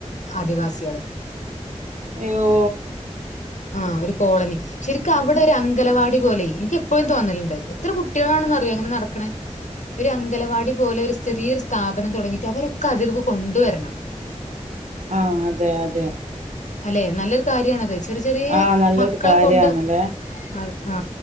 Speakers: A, on the left; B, on the right.
A: ആദിവാസിയേൾ
B: അയോ
A: ആഹ് ഒരു കോളനി ശരിക്കും അവിടെ ഒരു അംഗലവാടി പോലെ എനിക്ക് എപ്പഴും തോന്നലുണ്ട് എത്ര കുട്ടികളാണെന്ന് അറിയോ അങ്ങനെ നടക്ണ ഒരു അംഗലവാടി പോലെ ഒരു ചെറിയൊരു സ്ഥാപനം തുടങ്ങിയിട്ട് അവരൊക്കെ അതിൽക്ക് കൊണ്ടുവരണം
B: ആഹ് അതെ അതെ
A: അല്ലെ നല്ലൊരു കാര്യാണത് ചെറിയ ചെറിയ
B: ആഹ് നല്ലൊരു
A: മക്കളെ
B: കാര്യാണല്ലേ
A: കൊണ്ട് അത ആ